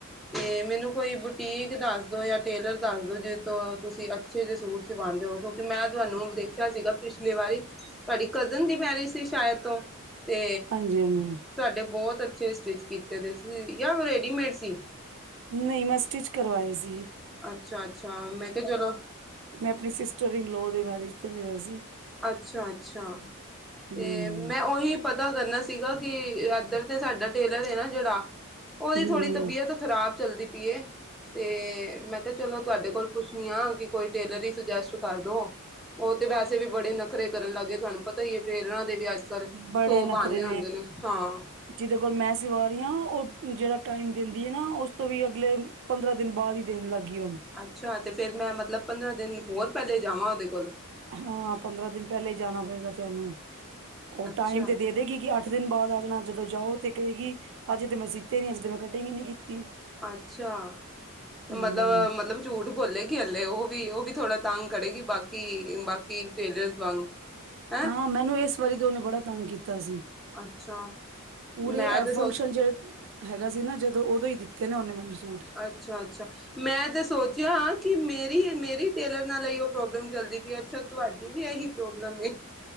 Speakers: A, in the centre; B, on the right.
A: ਤੇ ਮੈਨੂੰ ਕੋਈ ਬੁਟੀਕ ਦੱਸ ਦੋ ਜਾਂ ਟੇਲਰ ਦੱਸ ਦੋ ਜਿਸ ਤੋਂ ਤੁਸੀਂ ਅੱਛੇ ਜਿਹੇ ਸੂਟ ਸਿਵਾਉਂਦੇ ਹੋ। ਕਿਉਂਕਿ ਮੈਂ ਤੁਹਾਨੂੰ ਦੇਖਿਆ। ਸੀਗਾ ਪਿਛਲੀ ਵਾਰੀ ਤੁਹਾਡੀ ਕਜ਼ਨ ਦੀ ਮੈਰਿਜ ਸੀ ਸ਼ਾਇਦ ਤੋਂ ਤੇ
B: ਹਾਂਜੀ-ਹਾਂਜੀ
A: ਤੁਹਾਡੇ ਬਹੁਤ ਅੱਛੇ ਸਟਿਚ ਕੀਤੇ ਸੀ ਜਾਂ ਰੇਡੀਮੇਡ ਸੀ।
B: ਨਹੀਂ ਮੈਂ ਸਟਿਚ ਕਰਵਾਏ ਸੀ ਜੀ।
A: ਅੱਛਾ-ਅੱਛਾ, ਮੈਂ ਕੇ ਚਲੋ
B: ਮੈਂ ਆਪਣੀ ਸਿਸਟਰ ਇਨਲੋਅ ਦੇ ਮੈਰਿਜ ਤੇ ਲਿਆ ਸੀ।
A: ਅੱਛਾ ਅੱਛਾ,
B: ਹੂੰ,
A: ਤੇ ਮੈਂ ਉਹੀ ਪਤਾ ਕਰਨਾ ਸੀਗਾ ਕਿ ਇੱਧਰ ਤੇ ਸਾਡਾ ਟੇਲਰ ਐ ਨਾ ਜਿਹੜਾ ਉਹਦੀ
B: ਹੂੰ-ਹੂੰ
A: ਥੋੜੀ ਤਬੀਅਤ ਖਰਾਬ ਚੱਲਦੀ ਪਈ ਏ। ਤੇ ਮੈਂ ਕਿਹਾ ਚਲੋ ਤੁਹਾਡੇ ਕੋਲ ਪੁੱਛਣੀ ਆ ਕਿ ਕੋਈ ਟੇਲਰ ਹੀ ਸੁਜੈਸਟ ਕਰਦੋ। ਉਹ ਤੇ ਵੈਸੇ ਵੀ ਬੜੇ ਨਖਰੇ ਕਰਨ ਲੱਗ ਗਏ ਤੁਹਾਨੂੰ ਪਤਾ ਹੀ ਹੈ ਟੇਲਰਾਂ ਦੇ ਵੀ ਅੱਜ
B: ਬੜੇ
A: ਸੌ ਬਹਾਨੇ
B: ਨਖਰੇ
A: ਹੁੰਦੇ ਨੇ ਹਾਂ।
B: ਜਿਹਦੇ ਕੋਲ ਮੈਂ ਸਿਵਾ ਰਹੀ ਹਾਂ ਉਹ ਜਿਹੜਾ ਟਾਈਮ ਦਿੰਦੀ ਆ ਨਾ ਉਸ ਤੋਂ ਵੀ ਅਗਲੇ ਪੰਦਰਾਂ ਦਿਨ ਬਾਅਦ ਹੀ ਦੇਣ ਲਾਗੀ ਹੁਣ।
A: ਅੱਛਾ ਤੇ ਫੇਰ ਮੈਂ ਮਤਲਬ ਪੰਦਰਾਂ ਦਿਨ ਹੋਰ ਪਹਿਲੇ ਜਾਵਾਂ ਉਹਦੇ ਕੋਲ।
B: ਹਾਂ, ਪੰਦਰਾਂ ਦਿਨ ਪਹਿਲੇ ਜਾਣਾ ਪਏਗਾ ਤੁਹਾਨੂੰ ਉਹ
A: ਅੱਛਾ
B: ਟਾਈਮ ਤੇ ਦੇ ਦੇਗੀ ਕਿ ਅੱਠ ਅੱਠ ਦਿਨ ਬਾਅਦ ਆ ਜਾਣਾ ਜਦੋਂ ਜਾਓ ਤੇ ਕਹੇ ਗਈ ਅੱਜ ਤੇ ਮੈਂ ਸੀਤੇ ਨੀ ਅੱਜ ਮੈਂ ਕਟਿੰਗ ਹੀ ਨੀ ਕੀਤੀ।
A: ਅੱਛਾ, ਤੇ
B: ਹੂੰ
A: ਮਤਲਬ ਮਤਲਬ ਝੂਠ ਬੋਲੇਗੀ ਹੱਲੇ ਉਹ ਵੀ ਉਹ ਵੀ ਥੋੜਾ ਤੰਗ ਕਰੜੇਗੀ ਬਾਕੀ ਬਾਕੀ ਟੇਲਰਸ ਵਾਂਗ। ਹੈਂ
B: ਹਾਂ, ਮੈਨੂੰ ਇਸ ਵਾਰੀ ਤੇ ਉਹਨੇ ਬੜਾ ਤੰਗ ਕੀਤਾ ਸੀ।
A: ਅੱਛਾ
B: ਪੂਰੇ
A: ਮੈਂ
B: ਐ
A: ਤੇ ਸੋਚ
B: ਫੰਕਸ਼ਨ ਜਿਹੜੇ ਹੈਗਾ ਸੀ ਨਾ ਜਦੋਂ ਉਦੋਂ ਹੀ ਦਿੱਤੇ ਨੇ ਉਹਨੇ ਮੈਨੂੰ ਸੂਟ।
A: ਅੱਛਾ ਅੱਛਾ। ਮੈਂ ਤੇ ਸੋਚਿਆ ਕਿ ਮੇਰੀ ਮੇਰੀ ਟੇਲਰ ਨਾਲ ਲਈ ਉਹ ਪ੍ਰੋਬਲਮ ਚਲਦੀ ਪਈ ਅੱਛਾ। ਤੁਹਾਡੀ ਵੀ ਇਹੀ ਪ੍ਰੋਬਲਮ ਐ।